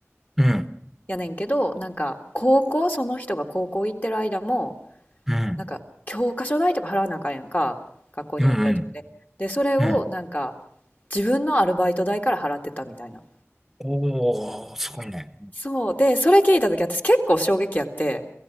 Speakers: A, in the centre; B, on the left.
A: うん
B: やねんけど、なんか、高校、その人が高校行ってる間も、
A: うん。
B: なんか、教科書代とか払わなあかんやんか、学校によっては自分で。
A: うんうん。
B: で、それをなんか、
A: うん
B: 自分のアルバイト代から払ってたみたいな。
A: おー、すごいね。
B: そう。で、それ聞いた時私結構衝撃やって、